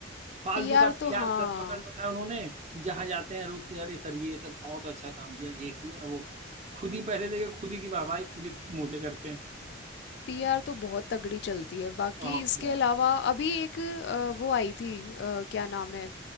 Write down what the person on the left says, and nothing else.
पीआर
तो
हाँ
पीआर तो बहुत तगड़ी चलती है बाकी
इसके
अलावा अभी एक अ, वो आई थी अ, क्या नाम है